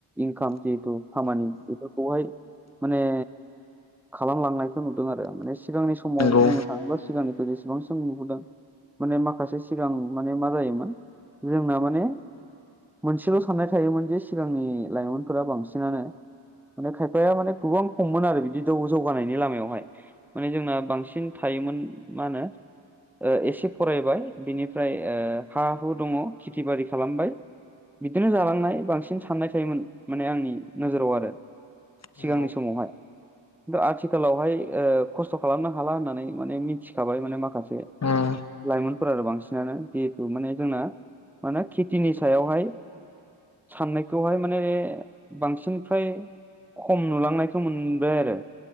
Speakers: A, in the centre; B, on the left (about 35°).
A: इनकाम जितु खामानि बेफोरखौहाय माने खालामलांनायखौ नुदों आरो माने सिगांनि समाव
B: नंगौ
A: बुंनो थाङोब्ला सिगांनिफ्राय जेसेबांसिम नुबोदों माने माखासे सिगां माने मा जायोमोन जोंना माने मोनसेल' साननाय थायोमोन जे सिगांनि लाइमोनफोरा बांसिनानो माने खायफाया माने गोबां खममोन आरो बि बिदौ जौगानायनि लामायावहाय माने जोंना बांसिन थायोमोन मा होनो ओ एसे फरायबाय, बिनिफ्राय ओ हा हु दङ खेथि बारि खालामबाय बिदिनो जालांनाय बांसिन साननाय थायोमोन माने आंनि नोजोराव आरो।
B: नंगौ
A: सिगांनि समावहाय खिन्थु आथिखालावहाय ओ खस्थ' खालामनो हाला होननानै माने मिथिखाबाय माने माखासे
B: उम उम
A: लाइमोन फोर आरो बांसिनानो जिहेतु माने जोंना माने खेथिनि सायावहाय साननायखौहाय माने बांसिनफ्राय्र खम नुलांनायखौ मोन आरो